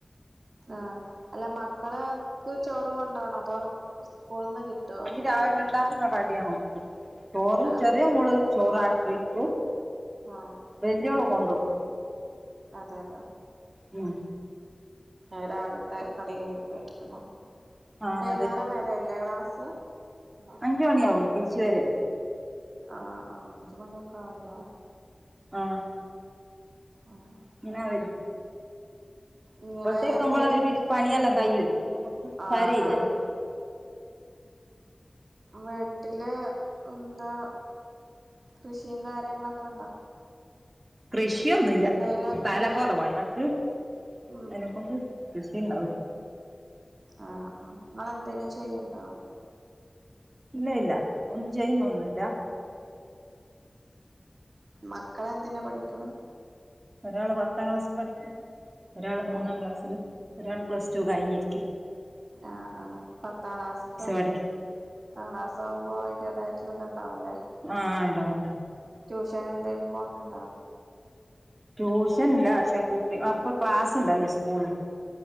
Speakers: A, on the right; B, on the right.
A: ആഹ് അല്ല മക്കള്ക്ക് ചോറ് കൊണ്ടോണോ അതോ സ്കൂളിന്ന് കിട്ടോ?
B: രാവില ഉണ്ടാക്കുന്നക്കടിയാ കൊട്ക്കും ചോറ്
A: ആഹ്
B: ചെറിയ മോള് ചോറ് അവിടെ പോയി കഴിക്കു
A: ആഹ്
B: വല്യോള് കൊണ്ടു പോകും
A: അതേലോ
B: ഉം
A: ഏ രാവിലത്തെ കടി കഴിക്കലാ
B: ആ
A: വൈന്നേരംവരെല്ലേ
B: അതെ
A: ക്ലാസ്? <inaudible>
B: അഞ്ച് മണിയാവും തിരിച്ചു വരാൻ
A: ആഹ് ആഹ് അഞ്ച് മണിയൊക്കെ ആവുല്ലേ
B: ആഹ്
A: ആഹ്
B: ഇങ്ങനെ വരും
A: ഇങ്ങളെ
B: ഇപ്പോഴത്തേക്ക്
A: എന്തേലും
B: നമ്മള ഒരു വി പണിയെല്ലാം കഴിയൂലേ നമുക്ക്
A: ആഹ്
B: സാരയില്ലല്ലോ
A: ആഹ് വീട്ടില് എന്താ കൃഷിയും കാര്യങ്ങളൊക്കെണ്ടോ?
B: കൃഷിയൊന്നുംല്ല
A: എന്തേലൊക്കെ
B: സ്ഥലം കുറവാ ഞങ്ങക്ക്
A: ഉം
B: അതിനെക്കൊണ്ട് കൃഷി ഉണ്ടാവുല്ല
A: ആഹ് ആഹ് നിങ്ങളന്തേലും ചെയ്യ്ണ്ടോ?
B: ഇല്ല ഇല്ല ഒന്നും ചെയുന്നെന്നുംല്ല
A: മക്കളെ എന്തിനാ പഠിക്കണ?
B: ഒരാള് പത്താം ക്ലാസ്സിൽ പഠിക്കുന്ന ഒരാള്
A: ആഹ്
B: മൂന്നാം ക്ലാസ്സില് ഒരാള് പ്ലസ് ടു കഴിഞ്ഞിരിക്ക്‌
A: ആഹ് ആഹ് പത്താം ക്ലാസ്ക്കെ
B: പഠിക്കും
A: ക്ലാസ്സ്‌ ആകുമ്പോ അതിന്റേതായിട്ടുള്ള ഇത് ഉണ്ടാവുംല്ലേ
B: ആഹ് ഉണ്ടാവുണ്ട്
A: ട്യൂഷൻ എന്തേലും പോണ്‌ണ്ടോ?
B: ട്യൂഷൻ ഇല്ല പക്ഷെ കുട്ടി അ പ്പ ക്ലാസ്ണ്ടല്ലോ സ്കൂള്